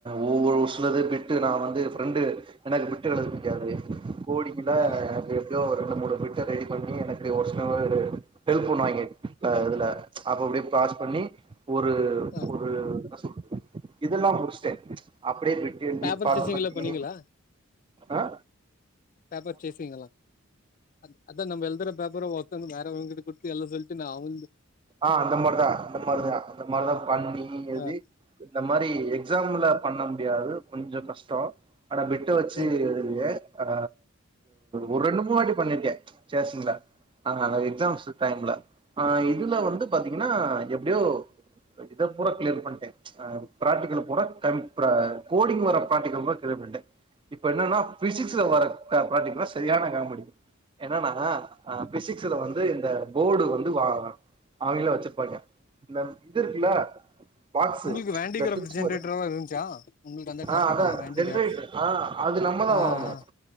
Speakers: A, on the right; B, on the left.
A: ஒவ்வொரு ஒரு சிலது பிட்டு நா வந்து ஃபிரண்டு எனக்கு பிட் எழுத புடிக்காது கோடிங்கு
B: ஆ
A: அப்டி எப்டியோ ஒரு ரெண்டு மூணு பிட்ட ரெடி பன்னி எனக்கு ஒரு சில ஹெல்ப் பன்னுவாய்ங்க அ இதுல அப்ப அப்டியே பாஸ் பண்ணி ஒரு
B: ஆ
A: ஒரு என்ன சொல்றது இதெல்லா முடிச்சிட்டே அப்டியே பிட் பிட் எழுதிபாஸ்
B: பேப்பர் சேசிங்
A: பண்ணி
B: எல்லா பண்ணீங்களா
A: அ
B: பேப்பர் சேசீங் இதெல்லா அ அதா நம்ம எழுதுர பேப்பர ஒத்தந்து வேற வங்களுக்கு கொடுத்து எழுத சொல்ட்டு நா அவுங்
A: ஆ அத மட்டு அந்த மாரிதா அந்த மாரிதா பண்ணி எழுதி
B: ஆ
A: இந்த மாரி எக்ஸாம்ல பண்ண முடியாது கொஞ்சோ கஷ்டோ ஆனா பிட்ட வச்சு
B: ம்
A: எ ஏ ஆ ஒரு ரெண்டு மூணு வாட்டி பண்ணிருக்கே சேஷிங்ல ஆ அ எக்ஸாம்ஸ் டைம்ல ஆ இதுல வந்து பாத்தீங்கன்னா எப்டியோ இத பூரா கிளியர் பண்ட்டே அ ப்ராக்டிக்கல்ல பூரா கோடிங் வர பிராக்டிக்கல பூரா க்ளியர் பண்ணிட்டே இப்ப என்னன்னா பிசிக்ஸ்ல வர ப்ராஜக்ட்லா சரியான காமெடி என்னன்னா அ பிசிக்ஸ்ல வந்து இந்த போர்டு வந்து வா அவைங்கலே வச்சுருப்பாங்ங இந்த இதுருக்குல்ல பாக்சு
B: உங்களுக்கு வேண்டிகிராஃப்ட்
A: இந்த ஸ்விட்ச்
B: ஜென்ரேட்டர்லா
A: மார்
B: இருந்துச்சா உங்களுக்கு அந்த
A: ஆ
B: டாபிக்
A: அதா
B: எல்லா வேண்டிகிராஃப்ட்
A: ஜென்ரேட்டர் ஆ அது நம்மதா
B: ஆ
A: வரணு
B: ஆ